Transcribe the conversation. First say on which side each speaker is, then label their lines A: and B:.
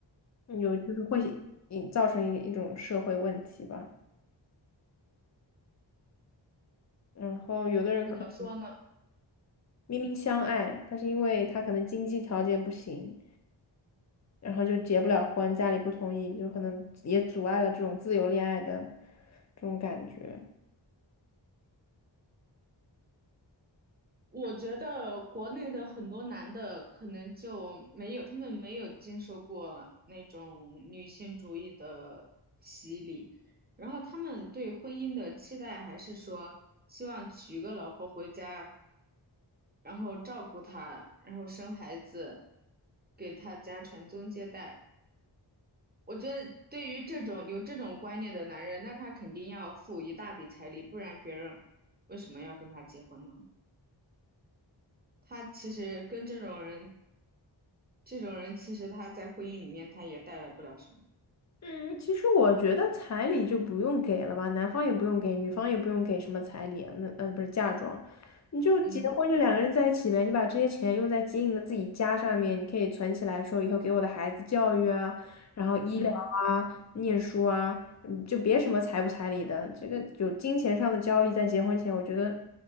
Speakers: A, on the left; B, on the right.
A: 嗯有就是会引造成一一种社会问题吧。然后有的人可能
B: 怎么说呢？
A: 明明相爱，但是因为他可能经济条件不行，然后就结不了婚，家里不同意，就可能也阻碍了这种自由恋爱的这种感觉。
B: 我觉得国内的很多男的可能就没有，他们没有经受过那种女性主义的洗礼，然后他们对婚姻的期待还是说希望娶个老婆回家，然后照顾她，然后生孩子，给她家传宗接代。我觉得对于这种有这种观念的男人，那他肯定要付一大笔彩礼，不然别人为什么要跟他结婚呢？他其实跟这种人，这种人其实他在婚姻里面他也带来不了什么。
A: 嗯，其实我觉得彩礼就不用给了吧，男方也不用给，女方也不用给什么彩礼啊那呃不是嫁妆，你就结婚就两个人在一起呗，
B: 嗯
A: 你把这些钱用在经营的自己家上面，你可以存起来说以后给我的孩子教育啊，然后医疗啊、
B: 嗯，
A: 念书啊，嗯，就别什么彩不彩礼的，这个有金钱上的交易在结婚前，我觉得